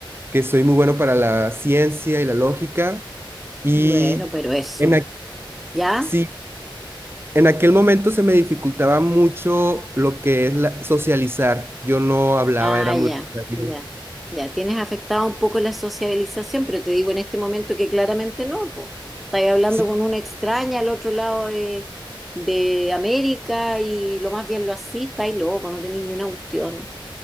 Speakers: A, on the right; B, in the centre.
A: que soy muy bueno para la ciencia y la lógica y
B: Bueno, pero eso.
A: en ac-
B: ¿Ya?
A: sí, En aquel momento se me dificultaba mucho lo que es la- socializar. Yo no hablaba,
B: Ah,
A: era muy
B: ya,
A: retraído.
B: ya, ya. Tienes afectado un poco la sociabilización, pero te digo en este momento que claramente no, po. Estás hablando
A: Sí,
B: con una extraña al otro lado de, de América y lo más bien lo así, estáis loco, no tenéis ni una cuestión. ¿no?